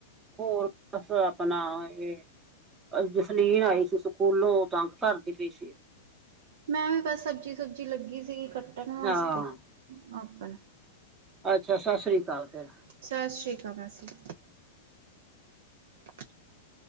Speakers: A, on the right (about 20°); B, on the right (about 70°).
A: ਹੋਰ, ਬਸ ਆਪਣਾ ਇਹ ਜਸਲੀਨ ਆਈ ਸੀ, ਸੁ ਸਕੂਲੋਂ। ਤੰਗ ਕਰਦੀ ਪਈ ਸੀ।
B: ਮੈਂ, ਵੀ ਬਸ ਸਬਜ਼ੀ-ਸੁਬਜੀ ਲੱਗੀ ਸੀਗੀ ਕੱਟਣ ਵਾਸਤੇ।
A: ਹਾਂ
B: ਆਪਨਾ
A: ਅੱਛਾ, ਸੱਸ ਸ੍ਰੀ ਅਕਾਲ ਫਿਰ।
B: ਸਤਿ ਸ਼੍ਰੀ ਅਕਾਲ ਮਾਸੀਜੀ। <unintelligible>